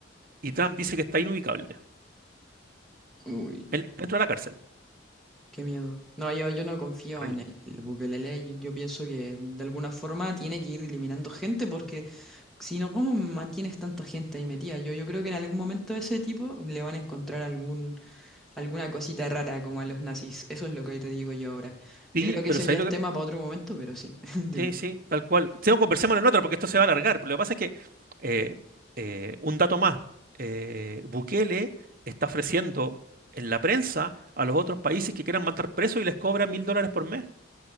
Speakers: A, on the right (about 45°); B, in the centre.
A: y Trump dice que está inubicable,
B: Uy,
A: Él dentro de la cárcel.
B: qué miedo. No, yo, yo no confío
A: Terrible.
B: en el, el Bukelele. Yo, yo pienso que de alguna forma tiene que ir eliminando gente porque Sino, ¿cómo mantienes tanta gente ahí metida? Yo, yo creo que en algún momento ese tipo le van a encontrar algún, alguna cosita rara como a los nazis. Eso es lo que te digo yo ahora.
A: Sí,
B: Yo creo que
A: pero
B: ese
A: ¿sabes
B: ya es
A: lo
B: tema
A: que...?
B: para otro momento, pero sí, <laughs> dime.
A: Sí, sí, tal cual. Tengo no, conversémoslo en otra porque esto se va a alargar. Pero lo que pasa es que, eh, eh, un dato más, eh, Bukele está ofreciendo en la prensa a los otros países que quieran mandar presos y les cobra mil dólares por mes.